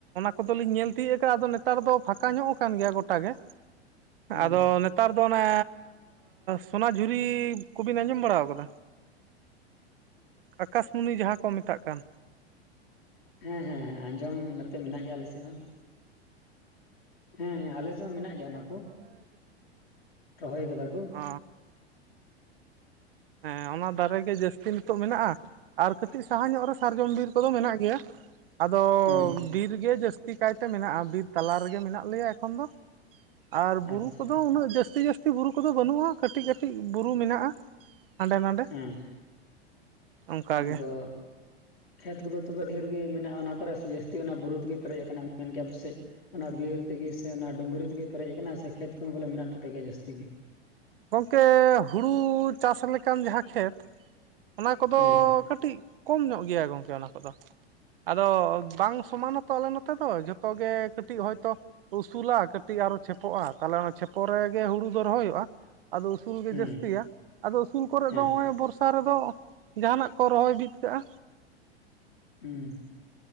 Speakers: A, on the right (about 55°); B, on the left (about 65°).
A: ᱠᱚᱫᱚ ᱞᱤᱧ ᱧᱮᱞ ᱛᱤᱭᱳ ᱟᱠᱟᱫᱟ ᱟᱫᱚ ᱱᱮᱛᱟᱨ ᱫᱚ ᱯᱷᱟᱸᱠᱟ ᱧᱚᱜ ᱟᱠᱟᱱ ᱜᱮᱭᱟ ᱜᱚᱴᱟ ᱜᱮ
B: ᱦᱮᱸ
A: ᱟᱫᱚ ᱱᱮᱛᱟᱨ ᱫᱚ ᱚᱱᱮ ᱥᱚᱱᱟᱡᱷᱩᱨᱤ ᱠᱚᱵᱤᱱ ᱟᱸᱡᱚᱢ ᱵᱟᱲᱟ ᱟᱠᱟᱫᱟ ᱟᱠᱟᱥᱢᱩᱱᱤ ᱡᱟᱦᱟᱸ ᱠᱚ ᱢᱮᱛᱟᱜ ᱠᱟᱱ
B: ᱦᱮᱸ ᱦᱮᱸ ᱦᱮᱸ ᱟᱸᱡᱚᱢ ᱱᱚᱛᱮ ᱢᱮᱱᱟᱜ ᱜᱮᱭᱟ ᱟᱞᱮᱥᱮᱫ ᱦᱚᱸ ᱦᱮᱸ ᱦᱮᱸ ᱟᱞᱮᱥᱮᱫ ᱦᱚᱸ ᱢᱮᱱᱟᱜ ᱜᱮᱭᱟ ᱚᱱᱟ ᱠᱚ ᱨᱚᱦᱚᱭ ᱟᱠᱟᱫᱟ ᱠᱚ
A: ᱚ ᱦᱮᱸ ᱚᱱᱟ ᱫᱟᱨᱮ ᱜᱮ ᱡᱟᱹᱥᱛᱤ ᱱᱤᱛᱚᱜ ᱢᱮᱱᱟᱜᱼᱟ ᱟᱨ ᱠᱟᱹᱴᱤᱡ ᱥᱟᱦᱟ ᱧᱚᱜ ᱨᱮ ᱥᱟᱨᱡᱚᱢ ᱵᱤᱨ ᱠᱚᱫᱚ ᱢᱮᱱᱟᱜ ᱜᱮᱭᱟ ᱟᱫᱚ
B: ᱦᱩᱸ
A: ᱵᱤᱨ ᱜᱮ ᱡᱟᱹᱥᱛᱤ ᱠᱟᱭᱛᱮ ᱢᱮᱱᱟᱜᱼᱟ ᱵᱤᱨ ᱛᱟᱞᱟ ᱨᱮᱜᱮ ᱢᱮᱱᱟᱜ ᱞᱮᱭᱟ ᱮᱠᱷᱚᱱ ᱫᱚ ᱟᱨ ᱵᱩᱨᱩ
B: ᱟᱪᱪᱷᱟ
A: ᱠᱚᱫᱚ ᱩᱱᱟᱹᱜ ᱡᱟᱹᱥᱛᱤ ᱡᱟᱹᱥᱛᱤ ᱵᱩᱨᱩ ᱠᱚᱫᱚ ᱵᱟᱹᱱᱩᱜᱼᱟ ᱠᱟᱹᱴᱤᱡ ᱠᱟᱹᱴᱤᱡ ᱵᱩᱨᱩ ᱢᱮᱱᱟᱜᱼᱟ ᱦᱟᱸᱰᱮ ᱱᱟᱰᱮ
B: ᱦᱮᱸ
A: ᱚᱱᱠᱟᱜᱮ
B: ᱟᱫᱚ ᱠᱷᱮᱛ ᱠᱚᱫᱚ ᱛᱚᱵᱮ ᱰᱷᱮᱨ ᱜᱮ ᱢᱮᱱᱟᱜᱼᱟ ᱚᱱᱟ ᱠᱚᱨᱮ ᱥᱮ ᱡᱟᱹᱥᱛᱤ ᱚᱱᱟ ᱵᱩᱨᱩ ᱛᱮᱜᱮ ᱯᱮᱨᱮᱡ ᱟᱠᱟᱱᱟ ᱢᱮᱱ ᱠᱮ ᱯᱮᱥᱮ ᱚᱱᱟ ᱵᱤᱨ ᱛᱮᱜᱮ ᱥᱮ ᱚᱱᱟ ᱰᱩᱝᱨᱤ ᱛᱮᱜᱮ ᱯᱮᱨᱮᱡ ᱟᱠᱟᱱᱟ ᱥᱮ ᱠᱷᱮᱛ ᱠᱚᱦᱚᱸ ᱵᱚᱞᱮ ᱢᱮᱱᱟᱜ ᱛᱟᱯᱮ ᱜᱮᱭᱟ ᱡᱟᱹᱥᱛᱤ ᱜᱮ?
A: ᱜᱚᱝᱠᱮ ᱦᱩᱲᱩ ᱪᱟᱥ ᱞᱮᱠᱟᱱ ᱡᱟᱦᱟᱸ ᱠᱷᱮᱛ ᱚᱱᱟ ᱠᱚᱫᱚ
B: ᱦᱮᱸ
A: ᱠᱟᱹᱴᱤᱡ ᱠᱚᱢ ᱧᱚᱜ ᱜᱮᱭᱟ ᱜᱚᱢᱠᱮ ᱚᱱᱟ ᱠᱚᱫᱚ᱾ ᱟᱫᱚ ᱵᱟᱝ ᱥᱚᱢᱟᱱᱟᱛᱚ ᱟᱞᱮ ᱱᱚᱛᱮ ᱫᱚ ᱡᱚᱛᱚ ᱜᱮ ᱠᱟᱹᱴᱤᱡ ᱦᱚᱭᱛᱚ ᱩᱥᱩᱞᱟ ᱠᱟᱹᱴᱤᱡ ᱟᱨᱚ ᱪᱷᱮᱯᱚᱜᱼᱟ ᱛᱟᱦᱞᱮ ᱚᱱᱟ ᱪᱷᱮᱯᱚ ᱨᱮᱜᱮ ᱦᱩᱲᱩ ᱫᱚ ᱨᱚᱦᱚᱭᱚᱜᱼᱟ᱾ ᱟᱫᱚ ᱩᱥᱩᱞ ᱜᱮ
B: ᱦᱩᱸ
A: ᱡᱟᱹᱥᱛᱤᱭᱟ ᱟᱫᱚ ᱩᱥᱩᱞ ᱠᱚᱨᱮᱫ
B: ᱦᱮᱸ
A: ᱫᱚ ᱦᱚᱸᱜᱼᱚᱭ ᱵᱚᱨᱥ ᱥᱟ ᱨᱮᱫᱚ ᱡᱟᱦᱟᱱᱟᱜ ᱠᱚ ᱨᱚᱦᱚᱭ ᱵᱤᱫ ᱠᱟᱜᱼᱟ᱾
B: ᱦᱩᱸ